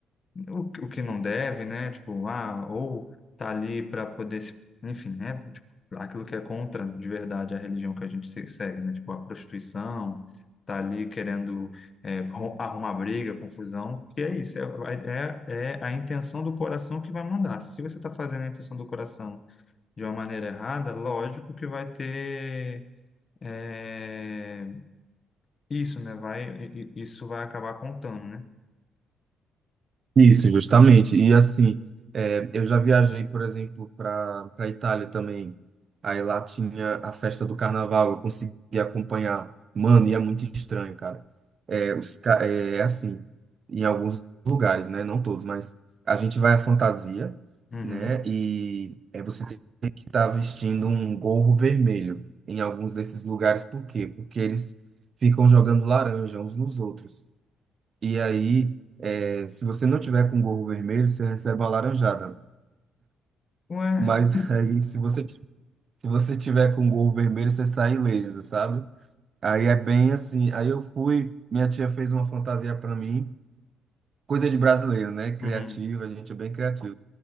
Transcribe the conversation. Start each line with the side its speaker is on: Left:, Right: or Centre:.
Left: o, que- o que não deve, né? Tipo, ah, ou tá ali para poder se, enfim, né? Tipo, aquilo que é contra de verdade a religião que a gente se- segue, né? Tipo, a prostituição, tá ali querendo é, ro- arrumar briga, confusão, que é isso, é, é, é a intenção do coração que vai mandar. Se você tá fazendo a intenção do coração de uma maneira errada, lógico que vai ter é, isso, né? Vai, i- i- isso vai acabar contando, né?
Right: Isso, justamente. E assim, é, eu já viajei, por exemplo, para para Itália também. Aí lá tinha a festa do carnaval, eu consegui acompanhar. Mano, e é muito estranho, cara. É, os, ca- é, é assim, em alguns lugares, né? Não todos, mas a gente vai à fantasia,
Left: Uhum.
Right: né? E é, você tem que estar vestindo um gorro vermelho em alguns desses lugares. Por quê? Porque eles ficam jogando laranja uns nos outros. E aí, é, se você não tiver com gorro vermelho, você recebe uma laranjada.
Left: Ué,
Right: Mas <laughs> aí, se você, se você tiver com gorro vermelho, você sai ileso, sabe? Aí é bem assim. Aí eu fui, minha tia fez uma fantasia para mim, coisa de brasileiro, né? Criativo,
Left: uhum.
Right: a gente é bem criativo.